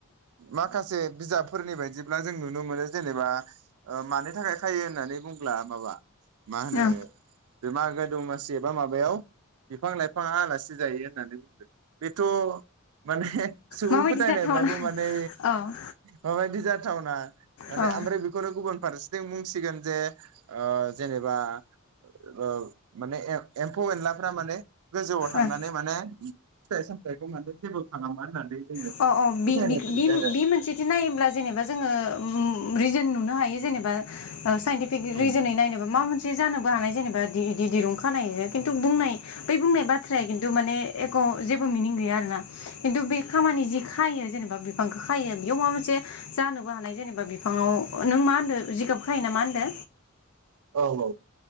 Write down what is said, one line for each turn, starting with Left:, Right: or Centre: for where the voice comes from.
Right: माखासे बिजाबफोरनि बायदिब्ला जों नुनो मोनो जेनेबा ओ मानिथाखाय खायो होननानै बुंब्ला माबा मा होनो
Left: औ
Right: बे मागो दमासि एबा माबायाव बिफां लाइफाङा आलासि जायो होननानै बुंदो बेथ' माने सुबुं
Left: माबायदि
Right: फोथायनायब्लाबो
Left: जाथावना
Right: माने
Left: औ औ
Right: माबायदि जाथावना माने
Left: औ
Right: ओमफ्राय बेखौनो गुबुन फारसेथिं बुंसिगोन जे ओ जेनोबा ओ माने ए-एम्फौ एनलाफ्रा माने गोजौआव थांनानै
Left: ओ
Right: माने फिथाइ सामथखौ मानथो जेबो खालामा होननानै जोङो
Left: अ अ
Right: फोथायनाय
Left: बि-बिख
Right: थायो
Left: बिम बिम मोनसेदि नायोब्ला जेनेबा जोङो उम रिजोन नु नुनो हायो जेनोबा ओ साइन्टिफिक
Right: आरो
Left: रिजोनै नायनोबा मा मोनसे जानोबो हानाय जेनो बा इदि इदि दिरुं खानायजों खिन्थु बुंनाय बै बुंनाय बाथ्राया खिन्थु माने एख' जेबो मिनिं गैया आरोना खिन्थु बि खामानि जि खायो जेनोबा बिफांखौ खायो बेयाव माबा मोनसे जानोबो हानाय जेनोबा बिफाङाव नों मा होनदो जिगाब खायोना मा होनदो?
Right: औ औ।